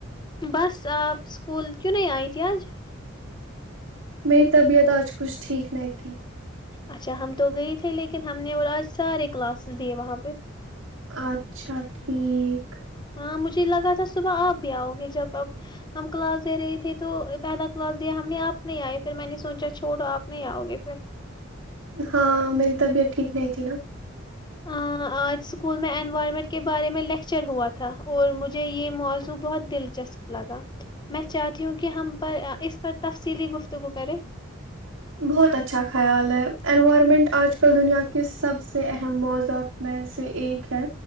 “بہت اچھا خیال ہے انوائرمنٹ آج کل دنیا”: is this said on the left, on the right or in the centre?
Right